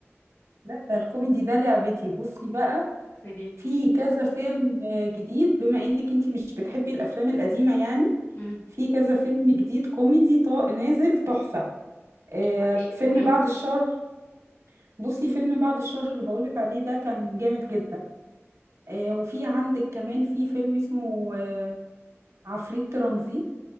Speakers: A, on the right; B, on the left.
A: لا ده الكوميدي ده لعبتي بصي بقى
B: قوليلي
A: في كذا فيلم آه، جديد بما انك انتي مش بتحبي الافلام القديمه يعني
B: امم
A: في كذا فيلم جديد كوميدي طا- نازل تحفه آه،
B: طب ايه اسمه
A: فيلم
B: ايه
A: بعد الشر بصي فيلم بعد الشر اللي بقولك عليه ده كان جامد جدا آه، وفي عندك كمان في فيلم اسمه آه، عفريت ترانزيت